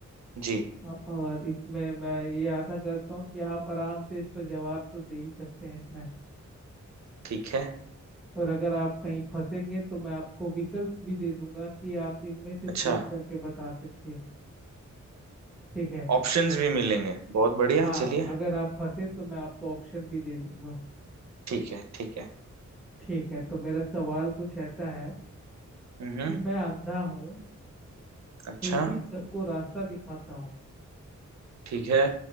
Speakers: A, on the right (about 65°); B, in the centre.
A: जी
B: औ- और इसमें मैं ये आशा करता हूँ कि आप आराम से इसको जवाब तो दे ही सकते हैं इसमें
A: ठीक है
B: और अगर आप कहीं फंसेंगे तो मैं आपको विकल्प भी दे दूंगा कि आप इनमें से
A: अच्छा
B: चूज करके बता सकिए ठीक है
A: ऑप्शंस भी मिलेंगे बहुत बढ़िया
B: हाँ
A: चलिए
B: अगर आप फंसे तो मैं आपको ऑप्शन भी दे दूंगा
A: ठीक है ठीक है
B: ठीक है तो मेरा सवाल कुछ ऐसा है
A: हम्म
B: कि मैं अंधा हूँ
A: अच्छा
B: फिर भी सबको रास्ता दिखाता हूँ
A: ठीक है